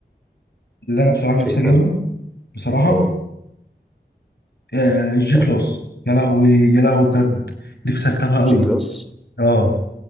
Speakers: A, on the left; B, in the centre.
A: اللي انا بصراحه
B: شايفها
A: نفسي اجيبها بصراحه
B: اه
A: آه، الجي
B: يعني
A: كلاس يا لهوي يا لهوي بجد نفسي اركبها قوي
B: جي كلاس
A: اه